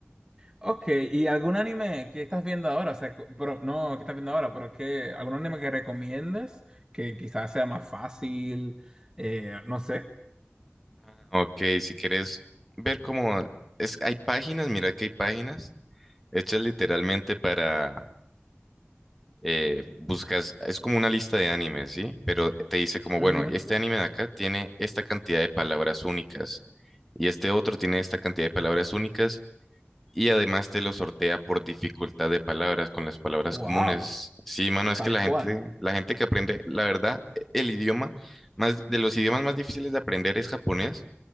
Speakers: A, on the right (about 15°); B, in the centre.
A: Ok, ¿y algún anime que estás viendo ahora? O sea, cu- pero, no, qué estás viendo ahora? Pero que, ¿algún anime que recomiendes? Que quizás sea más fácil, eh, no sé.
B: Ah, Ok, si quieres ver cómo es, hay páginas, mira que hay páginas Hechas literalmente para, eh, buscas, es como una lista de animes, ¿sí? Pero te dice como,
A: Ujú.
B: bueno, este anime de acá tiene esta cantidad de palabras únicas y este otro tiene esta cantidad de palabras únicas y además te lo sortea por dificultad de palabras con las palabras
A: Wow,
B: comunes. Sí, mano, es
A: tal
B: que la
A: cual.
B: gente, la gente que aprende, la verdad, e-, el idioma, más, de los idiomas más difíciles de aprender es japonés.